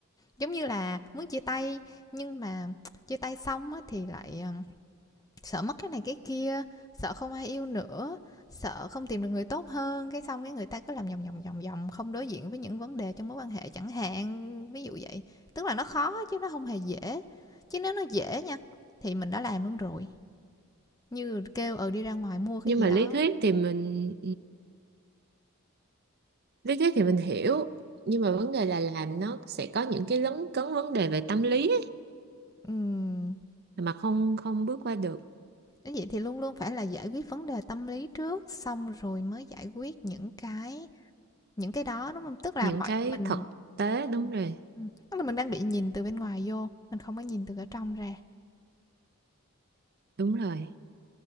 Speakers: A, on the left; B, on the right.
A: giống như là muốn chia tay nhưng mà chia tay xong á thì lại um, sợ mất cái này cái kia sợ không ai yêu nữa sợ không tìm được người tốt hơn cái xong cái người ta cứ làm vòng vòng vòng vòng không đối diện với những vấn đề trong mối quan hệ chẳng hạn ví dụ vậy tức là nó khó chứ nó không hề dễ chứ nếu nó dễ nha thì mình đã làm luôn rồi Như kêu, ừ, đi ra ngoài mua cái
B: nhưng
A: gì
B: mà
A: đó.
B: lý thuyết thì mình lý thuyết thì mình hiểu nhưng mà vấn đề là làm nó sẽ có những cái lấn cấn vấn đề về tâm lý ấy,
A: Ừm,
B: mà không không bước qua được
A: nếu vậy thì luôn luôn phải là giải quyết vấn đề tâm lý trước, xong rồi mới giải quyết những cái những cái đó, đúng không Tức là
B: những
A: mọi
B: cái
A: mình
B: thực tế
A: ừm,
B: đúng rồi
A: ừm, tức là mình đang bị nhìn từ bên ngoài vô, mình không có nhìn từ ở trong ra.
B: đúng rồi